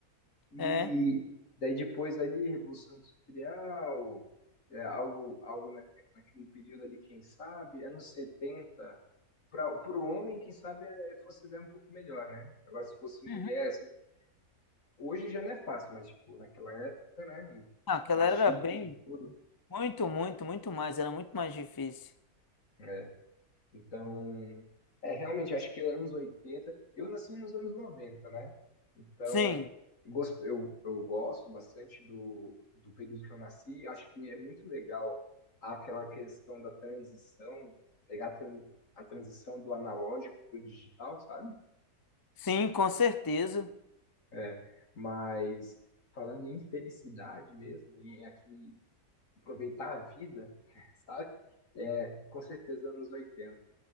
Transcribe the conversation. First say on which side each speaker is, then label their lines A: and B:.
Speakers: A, on the left; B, on the left.
A: E
B: É.
A: daí depois ali, Revolução Industrial, é, algo, algo na, naquele período ali, quem sabe, anos 70 para o homem, quem sabe, é, é, fosse até um pouco melhor, né? Agora, se fosse mulher,
B: Uhum.
A: assim, hoje já não é fácil, mas, tipo, naquela época, né? O
B: Ah, aquela
A: machismo,
B: era bem,
A: tudo.
B: muito, muito, muito mais, era muito mais difícil.
A: né? Então, é, realmente, eu acho que anos oitenta eu nasci nos anos noventa né? Então,
B: Sim,
A: gos- eu, eu gosto bastante do, do período que eu nasci, acho que é muito legal aquela questão da transição, pegar a, tran- a transição do analógico para o digital, sabe?
B: sim, com certeza.
A: É, mas falando em felicidade mesmo, e aqui aproveitar a vida, <laughs> sabe? É, com certeza anos oitenta